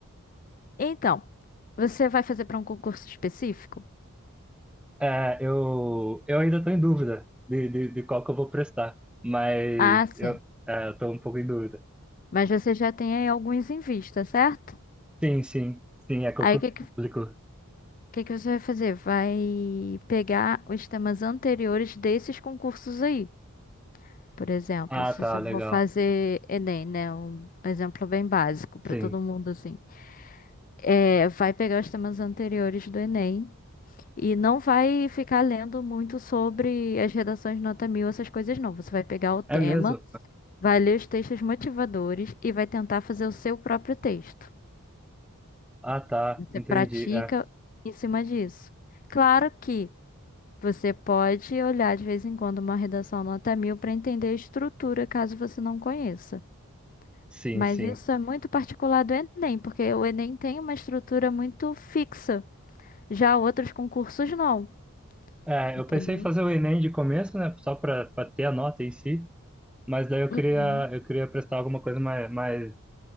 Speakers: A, on the left; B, in the centre.
A: Então, você vai fazer para um concurso específico?
B: É, eu, eu ainda estou em dúvida de, de, de qual que eu vou prestar, mas
A: Ah, sim.
B: eu, estou um pouco em dúvida.
A: Mas você já tem aí alguns em vista, certo?
B: Sim, sim, sim, é concurso
A: Aí o que que,
B: público.
A: que que você vai fazer? Vai pegar os temas anteriores desses concursos aí. Por exemplo,
B: Ah,
A: se
B: tá,
A: você
B: legal.
A: for fazer Enem, né? Um exemplo bem básico para
B: Sim.
A: todo mundo, assim. é, vai pegar os temas anteriores do Enem e não vai ficar lendo muito sobre as redações nota mil, essas coisas não. Você vai pegar o tema,
B: É mesmo?
A: vai ler os textos motivadores e vai tentar fazer o seu próprio texto.
B: Ah, tá,
A: Você
B: entendi.
A: pratica
B: É,
A: em cima disso. Claro que você pode olhar de vez em quando uma redação nota mil para entender a estrutura, caso você não conheça.
B: sim,
A: Mas
B: sim.
A: isso é muito particular do Enem, porque o Enem tem uma estrutura muito fixa. Já outros concursos não.
B: É, eu
A: entendeu?
B: pensei em fazer o Enem de começo, né, só para ter a nota em si, mas daí eu
A: Uhum.
B: queria, eu queria prestar alguma coisa mais, mais